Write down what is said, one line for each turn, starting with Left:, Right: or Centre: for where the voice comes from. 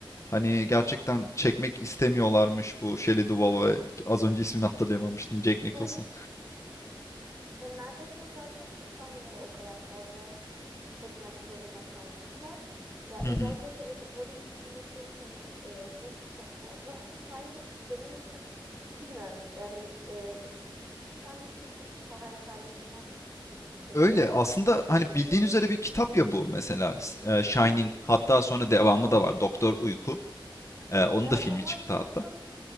Left: hani gerçekten
Right: Evet.
Left: çekmek istemiyorlarmış bu Shelley Duvall ve az önce ismini hatırlayamamıştım Jack Nicholson.
Right: <laughs> Ya neredeyse zaten tüm sahneleri o kadar fazla çekmek zorunda kalmışlar. Ya
Left: Hı
Right: özellikle
Left: hı.
Right: şey duvarın üstündeki hani e, yük çok fazla ama Shining benim için bilmiyorum yani e, Stanley Kubrick'in şaheserlerinden birisi kesinlikle.
Left: Öyle
Right: Defalarca
Left: aslında
Right: kez izledim.
Left: hani bildiğin üzere bir kitap ya bu mesela S- e, Shining
Right: Hı hı.
Left: hatta sonra devamı da var Doktor Uyku. Ee, onun
Right: Evet
Left: da filmi
Right: ama
Left: çıktı
Right: Stephen
Left: hatta.